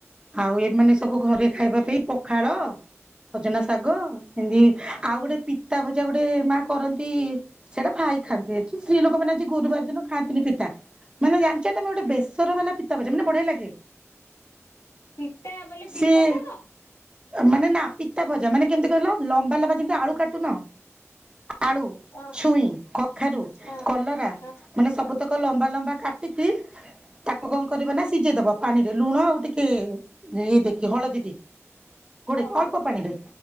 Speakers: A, on the right; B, on the left.
A: ଆଉ ଏମାନେ ସବୁ ଘରେ ଖାଇବା ପାଇଁ ପଖାଳ ସଜନା ଶାଗ ଏନ୍ତି ଆଉ ଗୋଟେ ପି ତା ଭଜା ଗୋଟେ ମା କରନ୍ତି ସେଇଟା ଭାଇ ଖାଆନ୍ତି ସ୍ତ୍ରୀ ଲୋକମାନେ ଗୁରୁବାର ଦିନ ଖାଆନ୍ତିିନି ପିତା ମାନେ ଜାଣିଛ ତମେ ଗୋଟେ ବେସର ବାଲା ପିତା ଭଜା ମାନେ ବଢିଆ ଲାଗେ।
B: ପିତା ବୋଲି
A: ସିଏ
B: ପିତା ଶାଗ?
A: ମାନେ ନା ପିତା ଭଜା ମାନେ କେମତି କହିଲ ଲମ୍ବା ଲମ୍ବା ଯେମିତି ଆଳୁ
B: ଓହୋ
A: କାଟୁନ ଆଳୁ
B: ହଁ
A: ଛୁଇଁ କଖାରୁ,
B: ହଁ
A: କଲରା
B: ହଁ
A: ମାନେ ସବୁତକ ଲମ୍ବା ଲମ୍ବା କାଟିକି ତାକୁ କଣ କରିବା ନା ସିଝେଇ ଦବା ପାଣିରେ ଲୁଣ ଆଉ ଟିକେ ଇଏ ଦେଇକି ହଳଦୀ ଦେଇକି। ଗୋଡ଼େଇ
B: ହଁ
A: ଅଳ୍ପ ପାଣିରେ